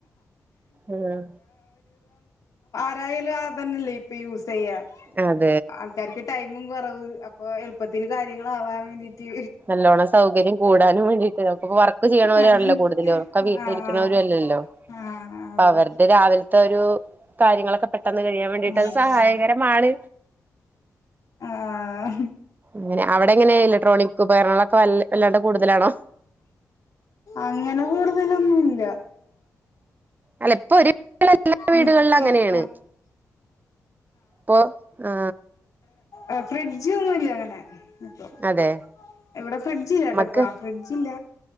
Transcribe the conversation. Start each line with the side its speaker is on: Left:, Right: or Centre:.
Right: ഉം
Left: ന്തായാലും ആ അതന്നെയല്ലേ ഇപ്പ യൂസ് ചെയ്യാ
Right: അതെ
Left: ആൾക്കാർക്ക് ടൈം മും കൊറവ് അപ്പൊ എളുപ്പത്തില് കാര്യങ്ങളാവാൻ വേണ്ടീട്ട്
Right: നല്ലൊണം സൗകര്യം കൂടാനും വേണ്ടീട്ട് അപ്പക്ക വർക്ക് ചെയ്യ്ണോരാണല്ലോ
Left: ആഹ്
Right: കൂടുതലും ഒക്ക വീട്ടിലിരിക്ക്ണോരു
Left: ആഹ്
Right: അല്ലല്ലോ അപ്പ
Left: അതെ
Right: അവര്ടെ രാവില ത്തൊരു കാര്യങ്ങളൊക്ക പെട്ടെന്ന് കഴിയാൻ വേണ്ടിട്ട്
Left: ഉം
Right: അത് സഹായകരമാണ്
Left: ആ..
Right: ങ്ങനെ അവിടെ എങ്ങനെ ഇലക്ട്രോണിക് ഉപകരണങ്ങളൊക്കെ വല്ല് വല്ലാണ്ട് കൂടുതലാണോ
Left: അങ്ങനെ കൂടുതലൊന്നുല്ലാ
Right: അല്ല ഇപ്പ ഒര് വിധ എല്ലാ വീട്കൾല്
Left: മിക്സി
Right: അങ്ങനെയാണ്
Left: ആഹ്
Right: ഇപ്പൊ ആ
Left: അ ഫ്രിഡ്ജ് ഒന്നുല്ല അങ്ങനെ അപം
Right: അതെ
Left: ഇവിടെ ഫ്രിഡ്ജില്ലട്ടോ
Right: നമ്മക്ക്
Left: ഫ്രിഡ്ജ്ല്ല